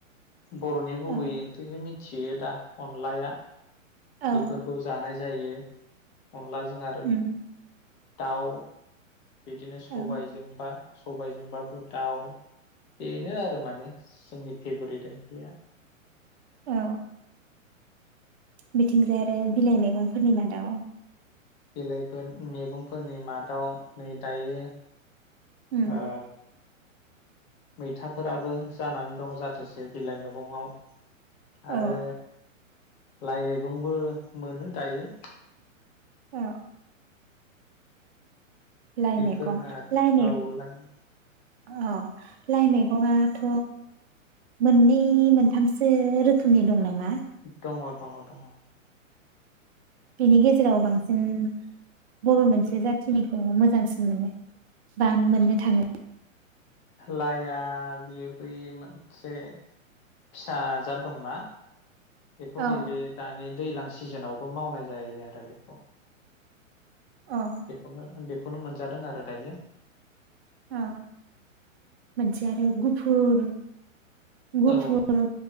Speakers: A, on the left; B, on the right.
A: बर'नि गुबैयै
B: औ
A: ओंख्रिखि मिन थियो दा अनलाया
B: औ
A: बेफोरखौ जानाय जायो। अनलाजों आरो
B: उम
A: दाउ। बिदिनो सबायजोंबा
B: औ
A: सबायजों बाबो दाउ। बेनो आरो माने जोंनि फेब्रेद ओं ख्रिया।
B: औ बिथिंजाय आरो बिलाइ मैगंफोरनि मादाव
A: बिलाइफोर मैगंफोरनि मादाव नै दायो।
B: उम
A: ओ मैथाफोराबो जानान दंङ जाथोसे बिलाइ मैगंङाव।
B: औ
A: आरो लाइ मैगंबो मोनो दायो।
B: औ लाइ
A: बेफोरना
B: मैगं
A: आरो
B: लाइ मैग
A: औ लाइ।
B: औ लाइ मैगंङाथ' मोननै मोनथामसो रोखोमनि दं नामा?
A: दंङ दंङ दंङ।
B: बिनि गेजेराव बांसिन बबे मोनसे जाथिनिखौ मोजांसिन मोनो बा मोननो थांङो?
A: लाइआ बिबै मोनसे फिसाजाद दंङना? एखौ
B: औ
A: नै बे दानि दैलां सिजेनावबो मावनाय जायो आरो बेखौ।
B: औ
A: बेखौनो आंबो बेखौनो मोनजादों आरो दायो।
B: अ मोनसे आरो गुफुर, गुफुर
A: औ